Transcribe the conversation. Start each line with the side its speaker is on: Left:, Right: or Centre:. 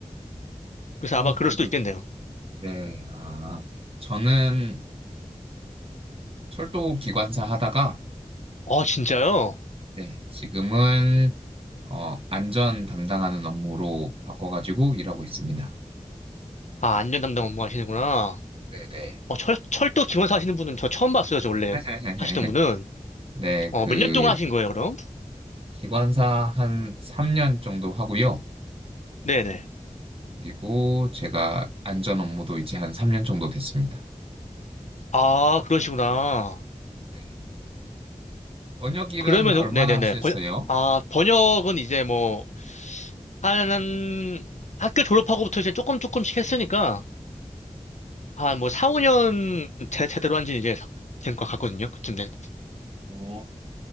Left: 그래서
Right: 오,
Left: 아마 그럴
Right: 그래도,
Left: 수도 있겠네요.
Right: 네, 아, 저는 철도 기관사 하다가
Left: 아, 진짜요?
Right: 네, 지금은 어, 안전 담당하는 업무로 바꿔가지고 일하고 있습니다.
Left: 아, 안전 담당 업무 하시는구나.
Right: 네네.
Left: 어, 철, 철도 기관 사시는 하 분은 저 처음 봤어요. 저 원래
Right: <laughs>
Left: 하시던 분은.
Right: 네,
Left: 어,
Right: 그
Left: 몇 년 동안 하신 거예요, 그럼?
Right: 기관사 한 3년 정도 하고요.
Left: 네네.
Right: 그리고 제가 안전 업무도 이제 한 3년 정도 됐습니다.
Left: 아, 그러시구나.
Right: 네. 번역 일은
Left: 그러면,
Right: 얼마나
Left: 네네네.
Right: 하셨어요?
Left: 번, 아, 번역은 이제 뭐, 한, 학교 졸업하고부터 이제 조금 조금씩 했으니까, 한 뭐, 4, 5년 제, 제대로 한 지는 이제 된 것 같거든요. 그쯤 된.
Right: 어,